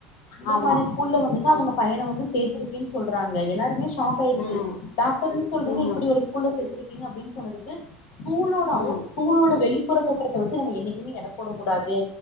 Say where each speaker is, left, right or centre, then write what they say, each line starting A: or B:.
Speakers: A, on the left; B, on the left.
A: அந்த
B: ஆமா
A: மாரி ஸ்கூல்ல வந்துட்டு அவங்க பையன வந்து சேத்திருக்கேன் சொல்றாங்க எல்லாருமே ஷாக் ஆயிச்சு
B: ம் ம்
A: டாக் டர்னு கசொல்றீங்க
B: ம்
A: இப்டி ஒரு ஸ்கூல்ல சேத்திருக்கீங்க அப்டினு சொன்னதுக்கு ஸ்கூலோட
B: ம் ம்
A: அவுட் ஸ்கூலோட வெளிப்புற தோற்றத்த வச்சு நம்ம என்னைக்குமே எட போடக்கூடாது